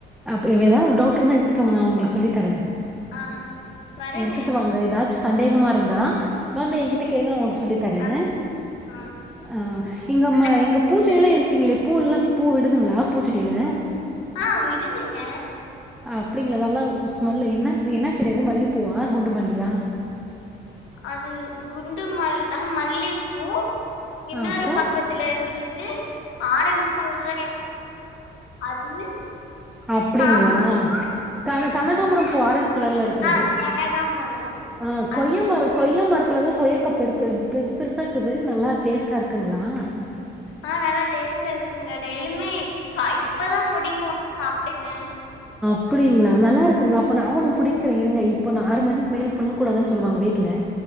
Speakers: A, in the centre; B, on the left (about 85°).
A: அப்ப எதாவுது டவுட் இருந்தா எடுத்துட்டு வாங்க நான் உங்களுக்கு சொல்லி தரேன்
B: ஆ வரேங்க
A: எடுத்துட்டு வாங்க ஏதா சந்தேகமா இருந்தா வந்து என்கிட்ட கேளுங்க நான் உங்களுக்கு சொ சொல்லி தரேன்
B: ஆ ஆ
A: ஆஹ் இங்க
B: நல்லா
A: ம இங்க பூச்ச
B: கேக்குறீங்க.
A: எல்லாம் இருக்கிங்களே பூல்லாம் பூ விடுதுங்களா பூச்செடில
B: ஆஹ் விடுதுங்க
A: அப்டிங்களா நல்லா ஸ்மெல் என்ன என்ன செடி இது மல்லிப்பூவா குண்டு மல்லியா
B: அது குண்டு மல் மல்லிப்பூ இன்னொரு
A: ஆ அப்றோ
B: பக்கத்துல இருக்றது ஆரஞ்ச் கலர் இதோ அது
A: அப்டிங்களா
B: சாமந்தி
A: க கனகாபுரம் பூ ஆரஞ்ச் கலர்ல்ல இருக்கிறது
B: ஆ கனகாமரம்
A: ஆ கொய்ய
B: அது
A: மரம் கொய் கொய்யா மரத்துலல்லா கொய்யக்கா பெரு பெரு பெருசு பெருசயிறுக்குது நல்லா டேஸ்ட்டா இருக்குங்களா
B: ஆ நல்லா டேஸ்டா இருக்குங்க டெய்லிமே ஆ இப்பதா புடிங்கி ஒன் சாப்ட்டங்க
A: அப்படிங்களா நல்லா இருக்குங்களா அப்ப நா ஒன்னு புடிங்கிற இருங்க‌ இப்ப ஆறு மணிக்கு மேல புடுங்கக்கூடாதுன்னு சொல்லுவாங்க வீட்டுல